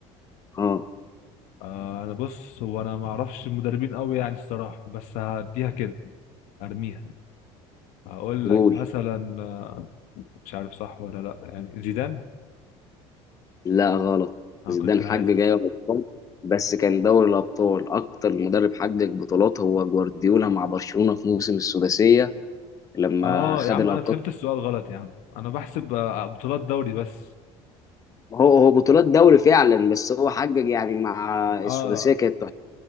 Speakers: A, on the left; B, on the left.
A: اه
B: آه انا بص هو انا ما اعرفش المدربين قوي يعني الصراحه بس هديها كده ارميها هقول لك
A: قول
B: مثلا آه، مش عارف صح ولا لا يعني زيدان
A: لا غلط
B: انا
A: زيدان
B: كنت حاسس
A: حقق ايوه بطولات بس كان دوري الابطال اكتر مدرب حقق بطولات هو جوارديولا مع برشلونه في موسم السداسيه لما
B: اه
A: خد
B: يا عم
A: الالقاب
B: انا فهمت السؤال غلط يا عم انا بحسب آه، بطولات دوري بس
A: هو هو بطولات دوري فعلا بس هو حقق يعني مع
B: اه
A: السداسيه كانت تحفة.